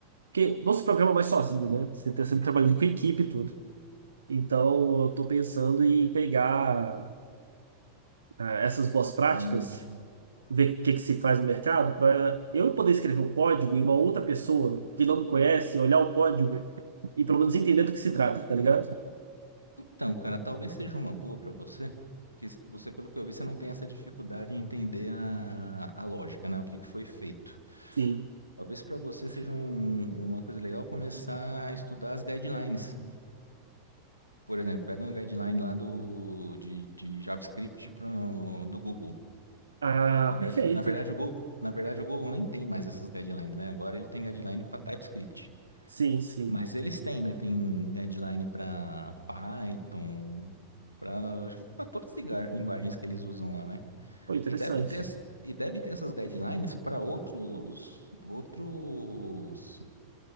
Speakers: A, on the right; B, on the left.
A: Porque não se programa mais sozinho, né? Você está sempre trabalhando com equipe e tudo. Então, eu estou pensando em pegar ah, essas boas práticas,
B: Sim.
A: ver o que que se faz no mercado, para eu poder escrever um código e uma outra pessoa que não me conhece olhar o código e pelo menos entender do que se trata, tá ligado?
B: Então, cara, talvez seja uma boa para você. Que se- você, pelo que eu vi, você não tem essa dificuldade em entender a, a lógica, né? O que que foi feito.
A: Sim.
B: Talvez para você seja um- uma coisa legal começar a estudar as guidelines. Por exemplo, pega uma guideline lá do, de, de JavaScript pra, o- do Google.
A: Ah,
B: Na verdade,
A: perfeito.
B: na verdade, o Google, na verdade, o Google nem tem mais essas guidelines, né? Agora ele tem guideline para TypeScript.
A: Sim, sim.
B: Mas eles têm, né? Tem deadline para Python, para acho que para todas as liga- linguagens que eles usam lá, né?
A: Foi interessante.
B: E deve ter as- e deve ter essas guidelines para outros outros